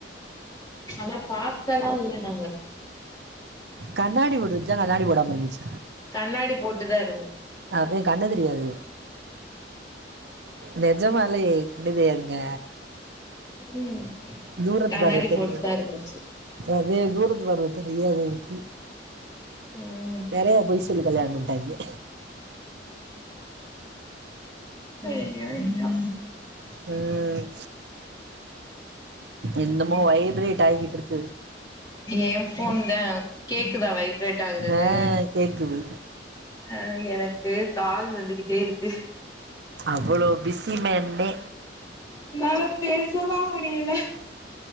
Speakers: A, on the left; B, on the right.
A: ஆனா பாக்கலா இல்ல நாங்க
B: கண்ணாடி போட்ருந்துச்சா கண்ணாடி போடாம இருந்துச்
A: கண்ணாடி போட்டுதா இருந்துச்
B: அதே கண்ணு தெரியாது நெஜமாலே கண்ணு தெரியாதுங்க
A: ம்
B: தூரத்து
A: கண்ணாடி
B: பார்வே தெரியது
A: போட்டுதா இருந்துச்சு
B: அதே தூரத் தூர பார்வ தெரியாது அதுக்கு
A: ஹும்
B: நெறைய பொய் சொல்லி கல்யாண பண்ணிட்டாங்கே
A: அய்யோ அய்யோ
B: உம் என்னமோ வைப்ரேட் ஆகியிட்டு இருக்கு
A: எ ஃபோன் தா கேக்குதா வைப்ரேட் ஆகுறது
B: ஆ கேக்குது
A: அஹ் எனக்கு கால் வந்துகிட்டே இருக்கு
B: அவ்ளோ பிசிமேன் தே
A: என்னாலே பேசவு முடியல